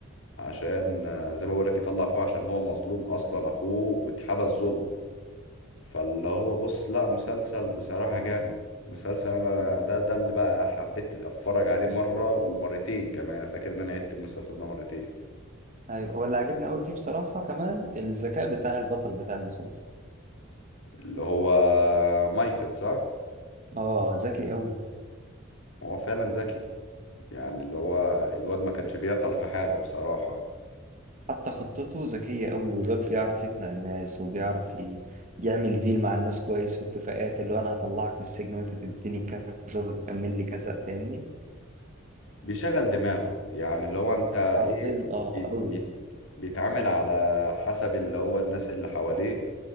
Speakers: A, on the left (about 70°); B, on the right (about 40°).
A: عشان آه، زي ما بقولك يطلع اخوه عشان هو مظلوم اصلا اخوه واتحبس ظلم فاللي هو بص لا مسلسل بصراحة جامد مسلسل انا ده ده اللي بقى حبيت اتفرج عليه مرة ومرتين كمان انا فاكر ان انا عدت المسلسل ده مرتين
B: ايوه واللي عجبني قوي فيه بصراحه كمان الذكاء بتاع البطل بتاع المسلسل
A: اللي هو مايكل صح
B: اه ذكي قوي
A: هو فعلا ذكي يعني اللي هو الواد ما كانش بيعطل في حاجة بصراحة
B: حتى خطته ذكيه قوي والواد بيعرف يقنع الناس وبيعرف ي- يعمل ديل مع الناس كويس واتفاقات اللي هو انا هطلعك من السجن وانت تديني كذا وتكمل لي كذا فاهمني
A: بيشغل دماغه يعني اللي هو انت ايه
B: حرفيا اه
A: بي بي
B: قوي
A: بيتعامل على حسب اللي هو الناس اللي حواليه